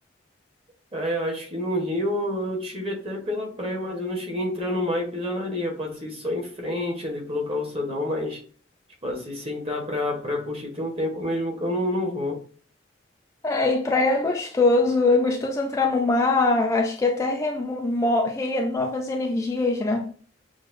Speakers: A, on the right; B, on the left.
A: É, eu acho que no Rio eu tive até pela praia, mas eu não cheguei a entrar no mar e pisar na areia. Eu passei só em frente, andei pelo calçadão, mas tipo, assim, sentar pra, pra curtir tem um tempo mesmo que eu não, não vou.
B: É, e praia é gostoso. É gostoso entrar no mar. Acho que até remo- mo- renova as energias, né?